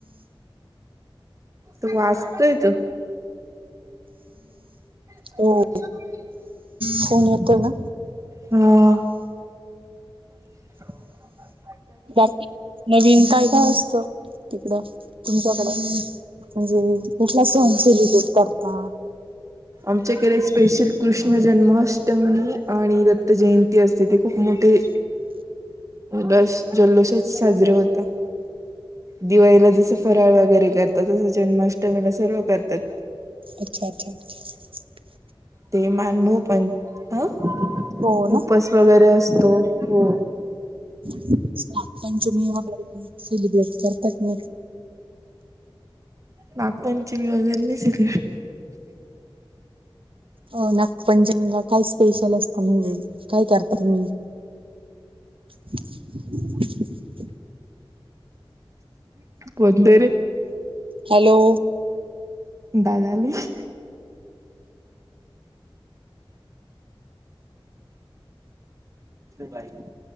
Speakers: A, on the right (about 35°); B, on the right (about 75°).
A: तू वाचतोय तो,, अऐ
B: हो
A: नािं तुमही,,
B: फोन येतोय ना,
A: हं,, म,
B: बाकी नवीन काय काय असत? तिकडं,, तुमच्याकडं, म्हणजे,, कुठला सण सेलिब्रेट करता?
A: आमचेकडे स्पेशल कृष्ण जन्माष्टमी,, आणिऽ जयंती असते,, ते खूप मोठेऽ बस जल्लोषच साजरे होतेऽ दिवाळीला जसं फराळ वगैरे करतात तसं, जन्माष्टमीला सर्व करतात.
B: अच्छा, अच्छा, अ्छा,
A: ते मानभोव पण,,, अं,
B: हो ना
A: उपास वगैरे असतो,,, हो,,
B: नाग पंचमी वगैरे, सेलिब्रेट करतात नाही?
A: नागपंचमी वजल नाही सिऽ
B: अ, नागपंचमीला काय स्पेशल असतं? म्हणजे काय करता हीऽ ह
A: बंदरे.
B: हॅलो,
A: दादालीऽ काच पायऽ